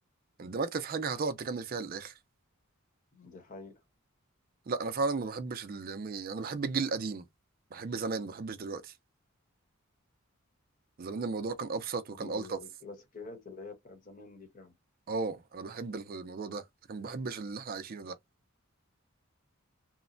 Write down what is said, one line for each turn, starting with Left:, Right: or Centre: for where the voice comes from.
Right: اندمجت في حاجه هتقعد تكمل فيها للاخر
Left: دي حقيقة
Right: لا انا فعلا ما بحبش ال... يعني انا بحب الجيل القديم بحب زمان ما بحبش دلوقتي زمان الموضوع كان ابسط وكان
Left: ال-
Right: الطف
Left: الكلاسيكيات اللي هي بتاعت زمان دي فعلا
Right: اه انا بحب الموضوع ده لكن ما بحبش اللي احنا عايشينه ده